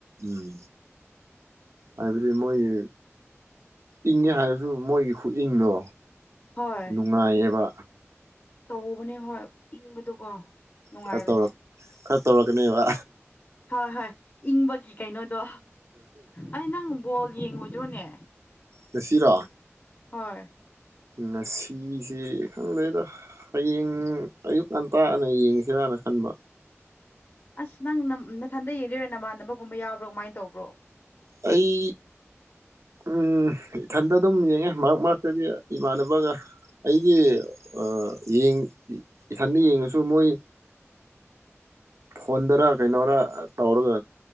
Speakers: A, on the right; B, on the left.
A: ꯎꯝ ꯍꯥꯏꯕꯗꯤ ꯃꯣꯏꯒꯤ ꯏꯪꯉꯦ ꯍꯥꯏꯔꯁꯨ ꯃꯣꯏꯒꯤ ꯈꯨꯏꯪꯗꯣ
B: ꯍꯣꯏ
A: ꯅꯨꯡꯉꯥꯏꯌꯦꯕ
B: ꯇꯧꯕꯅꯦ ꯍꯣꯏ ꯏꯪꯕꯗꯨꯀꯣ ꯅꯨꯡꯉꯥꯏꯕꯅꯦ
A: ꯈꯔ ꯇꯧꯔꯛ ꯈꯔ ꯇꯧꯔꯛꯀꯅꯤꯕ
B: ꯍꯣꯏ ꯍꯣꯏ ꯏꯪꯕꯒꯤ ꯀꯩꯅꯣꯗꯣ ꯑꯩ ꯅꯪ ꯕꯣꯜ ꯌꯦꯡꯉ ꯗꯨꯅꯦ
A: ꯉꯁꯤꯔꯣ
B: ꯍꯣꯏ
A: ꯉꯁꯤꯁꯦ ꯈꯪꯗꯦꯗ ꯍꯌꯦꯡ ꯑꯌꯨꯛ ꯉꯟꯇꯥꯅ ꯌꯦꯡꯉꯁꯤꯔꯅ ꯅꯈꯟꯕ
B: ꯑꯁ ꯅꯪ ꯅ ꯅꯊꯟꯗ ꯌꯦꯡꯗꯣꯏꯔꯥ ꯅꯃꯥꯟꯅꯕꯒꯨꯝꯕ ꯌꯥꯎꯕ꯭ꯔꯣ ꯀꯃꯥꯏ ꯇꯧꯕ꯭ꯔꯣ
A: ꯑꯩ ꯎꯝ ꯏꯊꯟꯇ ꯑꯗꯨꯝ ꯌꯦꯡꯉꯦ ꯃꯔꯛ ꯃꯔꯛꯇꯗꯤ ꯏꯃꯥꯟꯅꯕꯒ ꯑꯩꯒꯤ ꯑꯥ ꯌꯦꯡ ꯏ ꯏꯁꯊꯟꯗ ꯌꯦꯡꯉꯁꯨ ꯃꯣꯏ ꯐꯣꯟꯗꯔ ꯀꯩꯅꯣꯔꯥ ꯇꯧꯔꯒ